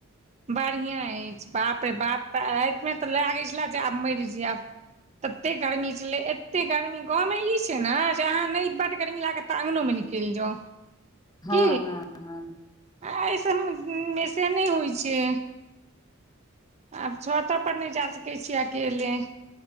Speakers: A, on the right (about 30°); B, on the left (about 20°).
A: बढ़िआँ अछि बाप रे बाप‌ रातिमे तऽ लगै छले जे आब मैर जेएब तते गर्मी छलै एते गर्मी गाँवमे ई छै ने जे अहाँ नै बड गर्मी लागत त आंगनों में निकैऋ जाउ
B: <inaudible>
A: की
B: हँ हँ
A: एहि सभमे से नै होय छै आब छतो पर नय जा सकै छी अकेले